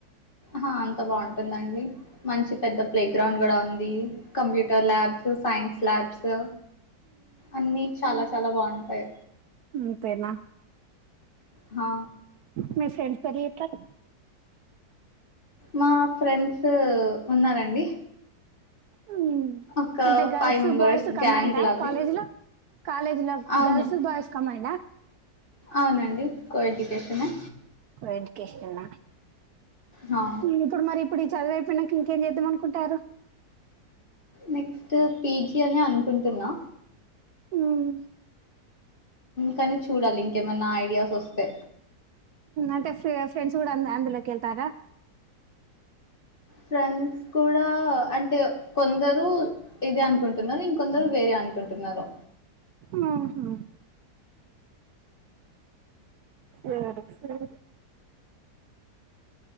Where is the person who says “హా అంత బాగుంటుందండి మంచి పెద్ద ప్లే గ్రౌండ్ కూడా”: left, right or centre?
Left